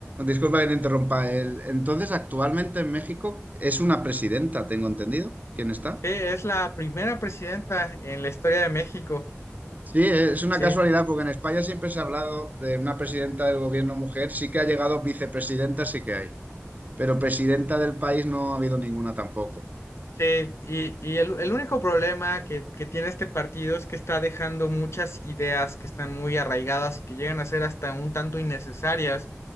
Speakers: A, on the right; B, on the left.
A: Disculpa que te interrumpa. El- entonces, actualmente en México es una presidenta, tengo entendido. ¿Quién está?
B: eh, es la primera presidenta en la historia de México.
A: Sí, es una
B: Sí,
A: casualidad porque en España siempre se ha hablado de una presidenta del gobierno mujer. Sí que ha llegado vicepresidenta, sí que hay. Pero presidenta del país no ha habido ninguna tampoco.
B: sí. Y, y el, el único problema que, que tiene este partido es que está dejando muchas ideas que están muy arraigadas y que llegan a ser hasta un tanto innecesarias.